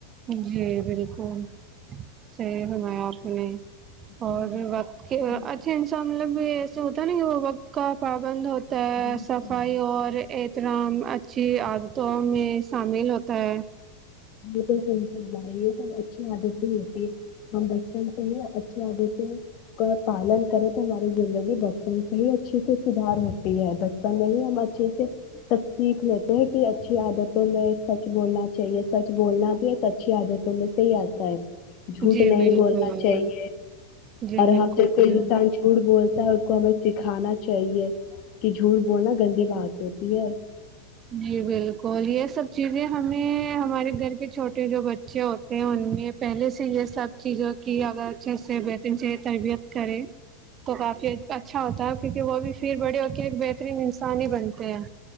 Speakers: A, on the right (about 30°); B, on the left (about 40°).
A: جی بالکل صحی ہماپ نے
B: میرے
A: اور
B: بچپن
A: وقت
B: سے
A: کے
B: ہی
A: اچھے انسان مطلب بھی ای ہوتا ہے نا کہ وہ وقت کا پابند ہوتا
B: بالکل
A: ا صفائی اور احترام اچھی عادتوں میں شامل ہوتا ہے
B: ب صحیح ہمارے یہ سب اچھی عادتیں ہوتی ہے ہم بچپن سے ہی اچھی عادتیں کا پالن کریں تو ہماری زندگی بچپن سے ہی اچھے سے سدھار ہوتی ہے بچپن میں ہی ہم اچھے سے سب سیکھ لیتے ہیں کہ اچھی عادتوں میں سچ بولنا چاہیے سچ بولنا بھی ہے اچھی عادتوں میں سے ہی آتا ہے جھوٹ
A: جی
B: نہیں
A: بالکل
B: بولنا چاہیے
A: جی
B: اور
A: بالکل
B: ہم جب کوئی انسان جھوٹ بول کو ہمیں سکھانا چاہیے کہ جھوٹ بولنا گندی بات ہوتی ہے
A: جی بالکل یہ سب چیزیں ہمیں ہمارے گھر کے چھوٹے جو بچے ہوتے ہیں ان میں پہلے سے یہ سب چیزوں کی اگر اچھے سے بہترین سے تربیت کرے تو کافی اچھا ہوتا ہے کیونکہ وہ بھی پھر بڑے ہو کے ایک بہترین انسان ہی بنتے ہیں